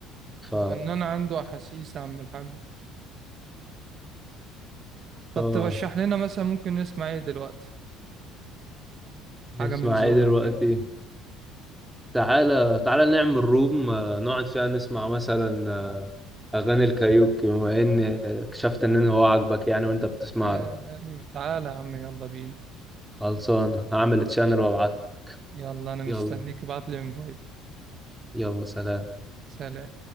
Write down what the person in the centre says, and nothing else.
ف
اه
نسمع
ايه دلوقتي
تعالى تعالى نعمل روم آه، نقعد فيها نسمع مثلا آه، اغاني الكاريوكي بما ان آه، اكتشفت ان هو عاجبك يعني وانت بتسمع
له
خلصان هعمل تشانل وابعت لك
يلا
يلا سلام